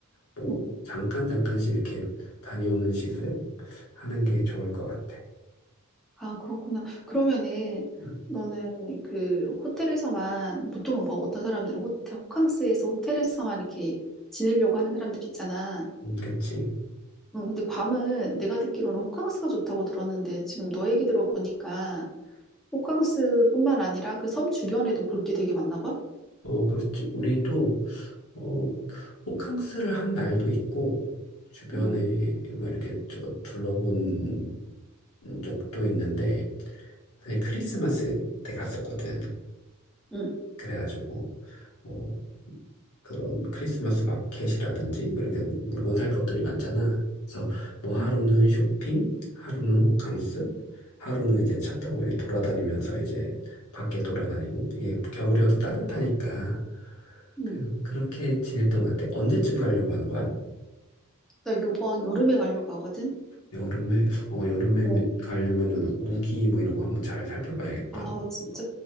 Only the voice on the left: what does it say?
뭐
잠깐 잠깐씩 이렇게 다녀오는 식을 하는 게 좋을 것 같아.
음,
음, 그치.
어, 그렇지. 우리도 어, 호캉스를 한 날도 있고, 주변에
뭐 이렇게 조금 둘러본 적도 있는데, 사실 크리스마스 때 갔었거든.
그래가지고, 뭐, 그런 크리스마스 마켓이라든지 뭐 이렇게 물건 살 것들이 많잖아. 그래서 뭐 하루는
쇼핑, 하루는 호캉스, 하루는 이제 차 타고 이렇게 돌아다니면서 이제 밖에 돌아다니고 이게 겨울이어도 따뜻하니까
그래서 그렇게 지냈던 것 같아. 언제쯤 가려고 하는 거야?
여름에 어 여름에
가려면은 우기 뭐 이런 거 한번 잘 살펴봐야겠다.